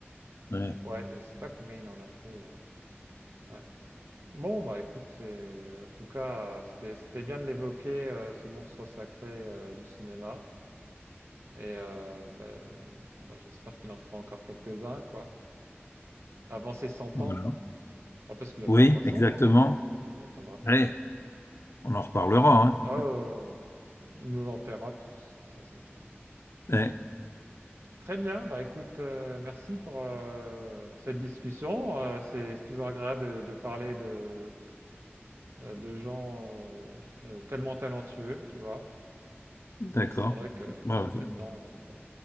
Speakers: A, on the left (about 70°); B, on the right (about 75°).
A: Ouais.
B: Ouais, je sais pas combien il en a fait. euh, ouais. Bon, bah écoute, c'est- en tout cas, euh, c'était c'était bien de l'évoquer, euh, ce monstre sacré euh, du cinéma. Et euh, bah, bon, bah, j'espère qu'il en fera encore quelques-uns, quoi. Avant ses 100
A: Voilà.
B: ans. Oh, parce qu'il atteindra
A: Oui,
B: 100
A: exactement.
B: ans. Il atteindra
A: Allez,
B: cent ans. c'est sûr.
A: on en reparlera, hein.
B: Ah, euh, il nous enterrera tous, ça c'est clair.
A: Ouais,
B: Très bien, bah écoute, euh, merci pour euh, cette discussion. Euh, c'est toujours agréable de, de parler de, euh, de gens euh, euh, tellement talentueux, tu vois.
A: d'accord.
B: Ah, c'est vrai que
A: Bon, je-
B: maintenant, euh, bon,